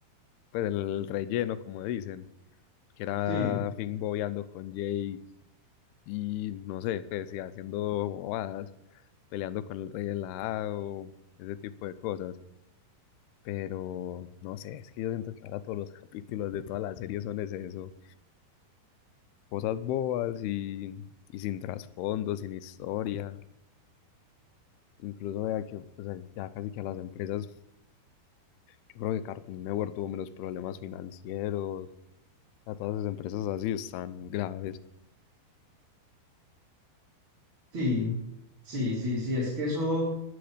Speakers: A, on the left; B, on the right.
A: pues el relleno, como dicen que era
B: sí,
A: Finn bobeando con Jake y no sé, pues sí, haciendo bobadas, peleando con el rey helado, ese tipo de cosas. Pero no sé, es que yo siento que ahora todos los capítulos de todas las series son es eso, cosas bobas y, y sin trasfondo, sin historia. Incluso vea que pues, ya casi que a las empresas, yo creo que Cartoon Network tuvo menos problemas financieros, a todas esas empresas así están graves.
B: sí, sí, sí, sí, es que eso,